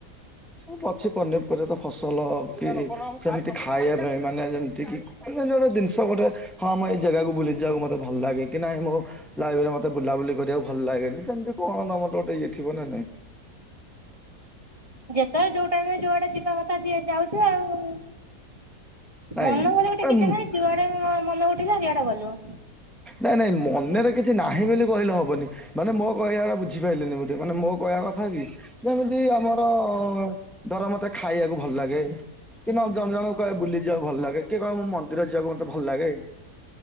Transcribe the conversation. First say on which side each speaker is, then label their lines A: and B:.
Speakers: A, in the centre; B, on the right (about 20°).
A: ମୁଁ ପଛି କରିନି ଏପର୍ଯ୍ୟନ୍ତ କି ଫସଲ କି ସେମିତି ଖାଇବା ପାଇଁ ମାନେ ଯେମିତି କି ଅନ୍ୟାନ୍ୟ ଗୋଟେ ଜିନିଷ ଗୋଟେ ହଁ ମୁଁ ଏଇ ଜାଗାକୁ ବୁଲି ଯିବାକୁ ମତେ ଭଲ ଲାଗେ କି ନାହିଁ ମୋ ଲାଇବେରିରେ ମତେ ବୁଲାବୁଲି କରିବାକୁ ଭଲ ଲାଗେନି ସେମିତି କଣ ତମର ଗୋଟେ ଇଏ ଥିବ ନା ନାଇଁ?
B: ଯେତେବେଳେ ଯୋଉ ଟାଇମରେ ଯୁଆଡେ ଯିବ ଯିବା କଥା ଯିଏ ଯାଉଛୁ ଆଉ,
A: ନାଇଁ
B: ମନ ପୁଣି ଗୋଟେ
A: ଆ,
B: କିଛି
A: ନାଇଁ
B: ନାହିଁ? ଯୁଆଡେ ମ୍ ମନ ଉଠିଲା ସିଆଡେ ଗଲୁ।
A: ନାଇଁ ନାଇଁ ମନେରେ କିଛି ନାହିଁ ବୋଲି କହିଲେ ହବନି ମାନେ ମୋ କହିବା ବୁଝିପାରିଲେନି <unintelligible> ମାନେ ମୋ କହିବା କଥା କି ଯେମ ମିତି ଆମର ଧର ମତେ ଖାଇବାକୁ ଭଲ ଲାଗେ। କି ଜଣଜଣକୁ କହିବେ ବୁଲି ଯିବାକୁ ଭଲ ଲାଗେ, କିଏ କହିବ ମୁଁ ମନ୍ଦିର ଯିବାକୁ ମତେ ଭଲ ଲାଗେ।